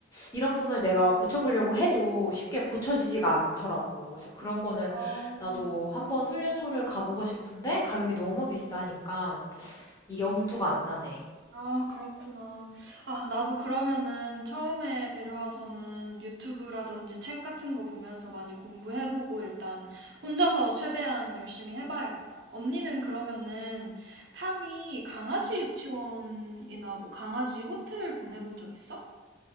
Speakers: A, on the left (about 20°); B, on the right (about 55°).
A: 이런 부분을 내가 고쳐보려고 해도 쉽게 고쳐지지가 않더라고. 그래서 그런 거는
B: 어,
A: 나도 한번 훈련소를 가보고 싶은데 가격이 너무 비싸니까 이게 엄두가 안 나네.
B: 아, 그렇구나. 아, 나도 그러면은 처음에 데려와서는 유튜브라든지 책 같은 거 보면서 많이 공부해보고 일단 혼자서 최대한 열심히 해봐야겠다. 언니는 그러면은 탐이 강아지 유치원이나 뭐 강아지 호텔 보내본 적 있어?